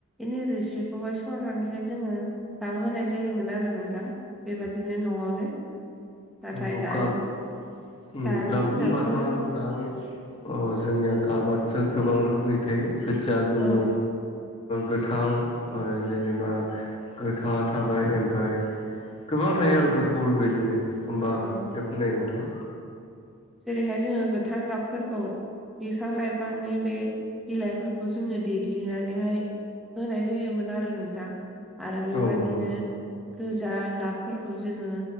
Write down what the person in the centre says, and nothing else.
इनि रोसिखौहाय सरनानैहाय जोङो लाबोहोनाय जायोमोन आरो नोंथां बेबादिनो न'आवनो नाथाय
दानि
दानि
दिनावथ'
औ
औ
औ
जेरैहाय जोङो गोथां गाबफोरखौ बिफां लाइफांनि बे बिलाइफोरखौ जोङो देग्लिनानैहाय होनाय जायोमोन आरो नोंथां आरो बेबादिनो
गोजा गाबफोरखौ जोङो